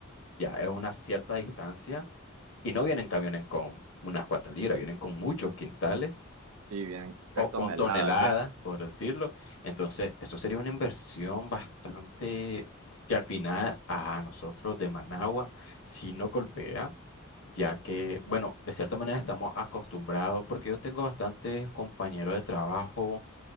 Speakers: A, on the left; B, on the right.
A: ya es una cierta distancia y no vienen camiones con unas cuantas libras, vienen con muchos quintales
B: Y bien, de
A: o
B: tonelada
A: con toneladas,
B: ya,
A: por decirlo. Entonces, esto sería una inversión bastante que al final a nosotros de Managua sí nos golpea, ya que, bueno, de cierta manera estamos acostumbrados, porque yo tengo bastantes compañeros de trabajo